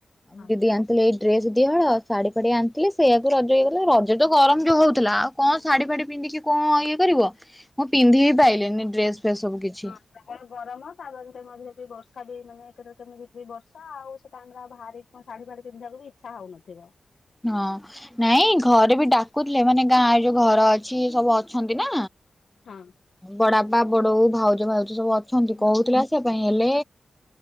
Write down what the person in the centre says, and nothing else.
ଆଉ
ଦିଦି ଆଣିଥିଲେ ଏଇ ଡ୍ରେସ ଦି ହଳ ଶାଢୀ ଫାଡି ଆଣିଥିଲି ସେଇଆକୁ ରଜ ହେଇଗଲା ରଜ ତ ଗରମ ଯୋଉଁ ହଉଥିଲା ଆଉ କଣ ଶାଢ଼ୀ ଫାଡି ପି ପିନ୍ଧିକି କଣ ଇଏ କରିବ ହଁ ପିନ୍ଧି ବି ପାଇଲିନି ଡ୍ରେସ ଫ୍ରେସ ସବୁ କିଛି।
ହଁ ନାଇଁ ଘରେ ବି ଡାକୁଥିଲେ ମାନେ ଗାଁ। ଘର ଅଛି ସବୁ ଅଛନ୍ତି ନା
ବଡ। ଭାଉଜ ଭାଉଜ ସବୁ ଅଛନ୍ତି
କହୁଥିଲା ସେ ପାଇଁ ହେଲେ।